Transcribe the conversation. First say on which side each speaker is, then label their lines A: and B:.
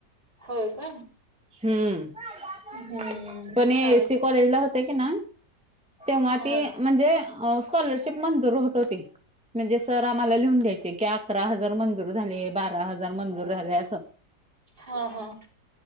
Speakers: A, on the right; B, in the centre.
A: हो का
B: हम्म
A: हम्म
B: पण ए
A: चाल
B: सी कॉलेजला होते की ना तेव्हा
A: हा
B: ती म्हणजे स्कॉलरशिप मंजुर होत होती म्हणजे सर आम्हाला लिहून घ्यायचे की अकरा हजार मंजुर झाले बारा हजार मंजुर झाले अस.
A: हा हा